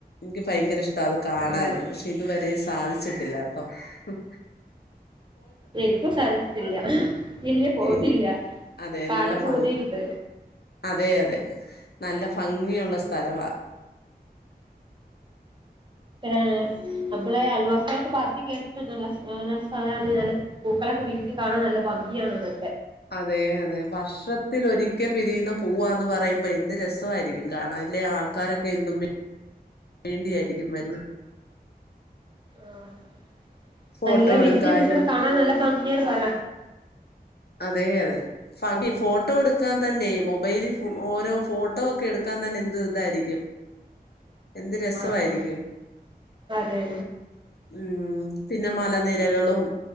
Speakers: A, on the left (about 75°); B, on the right (about 30°).
A: ന്ക്ക് ഭയങ്കര ഇഷ്ട്ടാന്ന് കാണാൻ
B: ആഹ്
A: പക്ഷെ ഇതുവരെ അധിച്ചിട്ടില്ല ട്ടോ ഹ്മ്മ്
B: എനിക്കും സാധിച്ചിട്ടില്ല ഇല്ല പോയിട്ടില്ല
A: ഇൽ അതെ
B: കാണാൻ
A: നല്ല ഭംഗ്
B: പൂതിയുണ്ട്
A: അതെ അതെ നല്ല ഭംഗിയുള്ള സ്ഥലവാ
B: എഹ് നമ്മളെ അൽവാസെളൊക്കെ പറഞ്ഞ് കേട്ടിട്ട്ണ്ട് നല്ല നല്ല സലാണ് നല്ല പൂക്കള വിര്തി കാണാൻ നല്ല ഭംഗിയാണെന്ന്
A: അതെ അതെ വർഷത്തിൽ ഒരിക്കൽ വിരിയുന്ന പൂവാന്ന് പറയുമ്പോ എന്ത് രസവായിരിക്കും കാണാൻല്ലേ ആൾക്കാരൊക്കെ എന്തും മി വേണ്ടിയായിരിക്കും വര്ന്ന്ത്
B: അഹ്
A: ഫോട്ടോ
B: നല്ല വിരിഞ്
A: എടുക്കാനും
B: നിക്ണ കാണാൻ നല്ല ഭംഗിയാണ് പറ
A: അതെ അതെ ഫങ്ങി ഫോട്ടോ എടുക്കാൻ തന്നെ മൊബൈലിൽ ഓരോ ഫോട്ടോക്കെ എടുക്കാൻ തന്നെ എന്ത് തായിരിക്കും എന്ത് രസവായിരിക്കും
B: ആഹ് അതെ
A: ഉം പിന്നെ മലനിരകളും